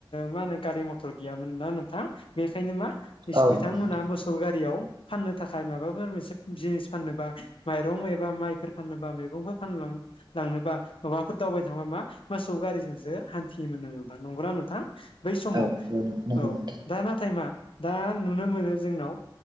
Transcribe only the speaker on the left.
मा होनो गारि मथर गैयामोन ना नोंथां बेनिखायनो मा
बिथांमोनहा
मोसौ गारियाव फाननो थाखाय माबाफोर मोनसे जिनिस फाननोबा माइरं एबा माइफोर फाननोबा मैगंफोर फानलां लांनोबा माबाफोर दावबायनो थांबा मा मो सौगारिजोंसो हान्थियोमोन नोंथां नंगौना नोंथां? बै समाव
औ
दा नाथाय मा दा नुनो मोनो जोंनाव